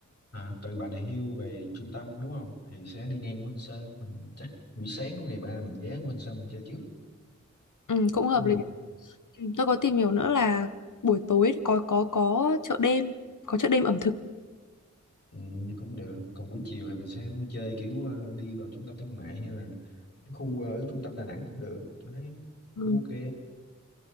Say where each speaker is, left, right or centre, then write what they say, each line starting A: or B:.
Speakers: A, on the left; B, on the left.
A: à, từ Bà Nà Hills về trung tâm đúng không thì sẽ đi ngang Ngũ Hành Sơn mình chắc buổi sáng của ngày ba mình ghé Ngũ Hành Sơn mình chơi trước
B: ừ, cũng hợp
A: đúng không
B: lý Ừ, Tôi có tìm hiểu nữa là buổi tối có có có chợ đêm, có chợ đêm ẩm thực.
A: ừ, thì cũng được còn buổi chiều thì mình sẽ vui chơi kiểu ờ, đi vào trung tâm thương mại hay là cái khu ờ, ở trung tâm Đà Nẵng cũng được tôi thấy
B: Ừ.
A: cũng ok